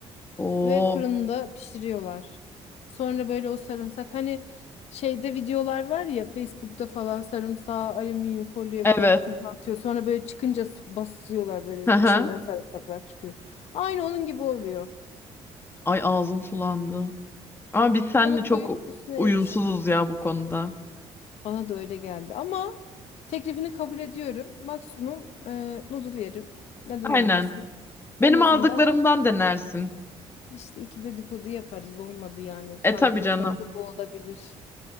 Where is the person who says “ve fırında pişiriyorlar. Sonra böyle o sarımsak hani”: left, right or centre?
Left